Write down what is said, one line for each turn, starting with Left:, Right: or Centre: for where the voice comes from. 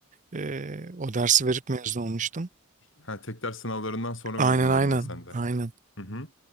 Right: eee, o dersi verip mezun olmuştum.
Left: Ha, tek ders sınavlarından sonra
Right: Aynen
Left: mezun olabildin
Right: aynen
Left: sen de.
Right: aynen.
Left: Hı hı.